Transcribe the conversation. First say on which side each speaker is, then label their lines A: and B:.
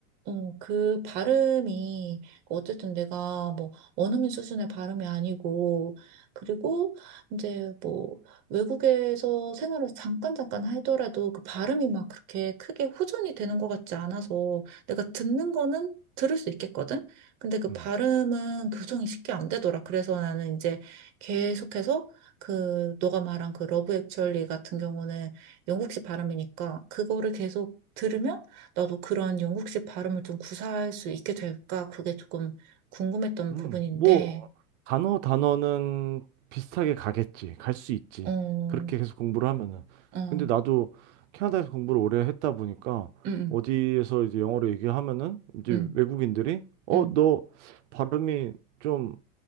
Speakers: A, on the right; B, on the right.
A: 어, 그 발음이, 어쨌든 내가 뭐, 원어민 수준의 발음이 아니고, 그리고 이제 뭐, 외국에서 생활을 잠깐 잠깐 하더라도 그 발음이 막 그렇게 크게 호전이 되는 것 같지 않아서 내가 듣는 거는 들을 수 있겠거든? 근데 그
B: 음.
A: 발음은 교정이 쉽게 안 되더라. 그래서 나는 이제 계속해서 그, 너가 말한 그 러브 액츄얼리 같은 경우는 영국식 발음이니까 그거를 계속 들으면 나도 그런 영국식 발음을 좀 구사할 수 있게 될까? 그게 조금 궁금했던
B: 음,
A: 부분인데,
B: 뭐, 단어, 단어는 비슷하게 가겠지. 갈 수 있지.
A: 어,
B: 그렇게 계속 공부를 하면은.
A: 어, 음,
B: 근데 나도 캐나다에서 공부를 오래 했다 보니까
A: 음,
B: 어디에서 이제 영어로 얘기하면은 이제
A: 음,
B: 외국인들이 어,
A: 음.
B: 너 발음이 좀